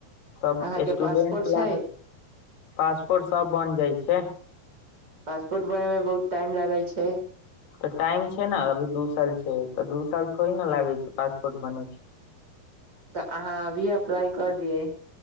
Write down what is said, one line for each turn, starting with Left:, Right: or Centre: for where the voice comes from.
Left: सब
Right: अहाँके
Left: स्टूडेंट
Right: पासपोर्ट छै
Left: ला पासपोर्ट सब बन जाइ छै
Right: पासपोर्ट बनेय मे बहुत टाइम लगै छै
Left: तऽ टाइम छै न अभी दू साल छै तऽ दू साल थोड़े न लागै छै पासपोर्ट बनै छै
Right: तऽ अहाँ अभी अप्लाई क दियै